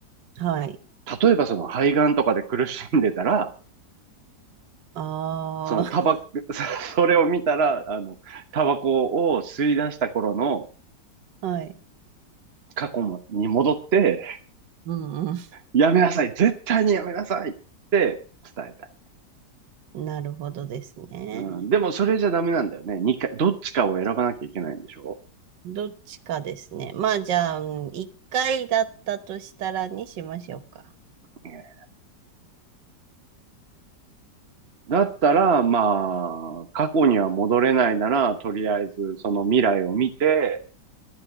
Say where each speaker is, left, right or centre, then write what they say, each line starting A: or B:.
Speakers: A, on the right (about 90°); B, on the right (about 40°).
A: はい。
B: 例えばその肺がんとかで苦しんでたら、
A: あ
B: そのタバコ、<laughs> それを見たら、あの、タバコを吸い出した頃の
A: あ、<laughs> はい。
B: 過去に戻って、
A: うん、うん。
B: やめなさい。絶対にやめなさいって伝えたい。
A: <laughs> なるほどですね。
B: うん、でもそれじゃダメなんだよね。二回、どっちかを選ばなきゃいけないんでしょ、
A: どっちかですね。まあ、じゃあ、うん一回だったとしたらにしましょうか。
B: ね、だったら、まあ、過去には戻れないなら、とりあえずその未来を見て、